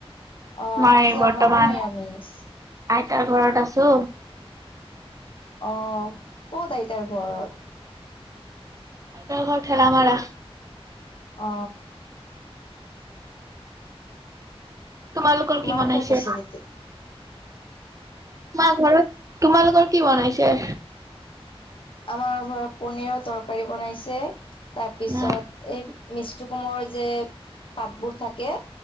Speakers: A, on the left; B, on the right.
A: অ'
B: মই
A: আজি
B: বৰ্তমান
A: আমাৰো নিৰামিষ।
B: আইতাৰ ঘৰত আছো।
A: অ' কত আইতাৰ ঘৰত?
B: তেওঁৰ ঘৰ ঠেলা মাৰা।
A: অ
B: তোমালোকৰ কি
A: মা
B: বনাইছে?
A: ক'ত আছে এতিয়া?
B: তোমাৰ ঘৰত তোমালোকৰ কি বনাইছে?
A: আমাৰ ঘৰত পনীৰৰ তৰকাৰী বনাইছে তাৰপিছত
B: উম,
A: এই মিষ্টু কোমৰ যে পাতবোৰ থাকে